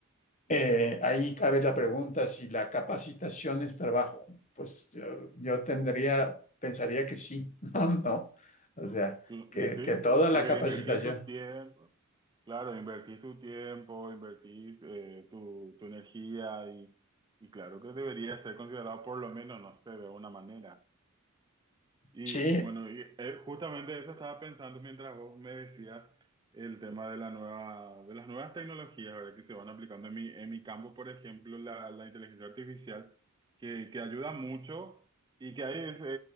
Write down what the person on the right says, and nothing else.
Cl-
Y sí,
porque
invertís tu tiempo, claro, invertís tu tiempo, invertís eh, tu, tu energía y, y claro que debería ser considerado por lo menos, no sé, de una manera. Y
bueno, y, eh, justamente eso estaba pensando mientras vos me decías el tema de la nueva, de las nuevas tecnologías, ¿verdad? Que se van aplicando en mi, en mi campo, por ejemplo, la, la inteligencia artificial, que, que ayuda mucho y que hay eh,